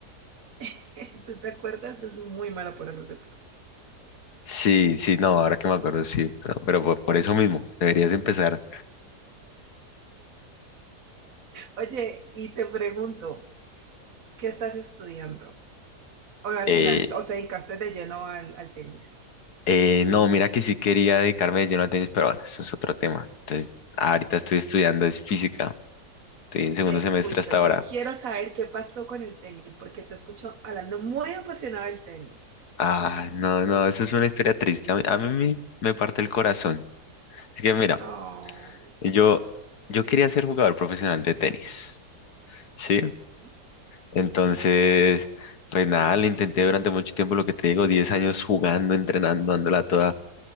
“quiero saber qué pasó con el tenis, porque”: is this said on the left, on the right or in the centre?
Right